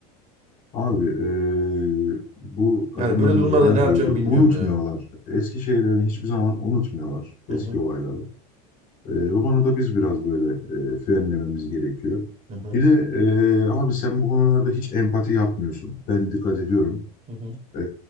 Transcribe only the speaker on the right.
Yani böyle durumlarda
ne
yapacağımı bilmiyorum
ya.
Hı hı
hı hı.
Hı hı.